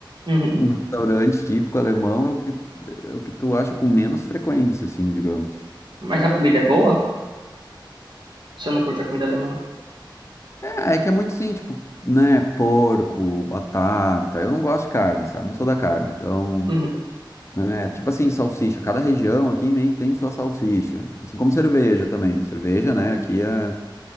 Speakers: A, on the right; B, on the left.
A: uhum.
B: Um restaurante típico alemão é o que, é o que tu acha com menos frequência, assim, digamos.
A: Mas a comida é boa? Você não curte a comida alemã?
B: É, é que é muito sim, tipo, né, porco, batata. Eu não gosto de carne, sabe? Não sou da carne. Então,
A: Uhum.
B: né, tipo assim, salsicha. Cada região aqui meio que tem sua salsicha. Assim como cerveja também. Cerveja, né, aqui é,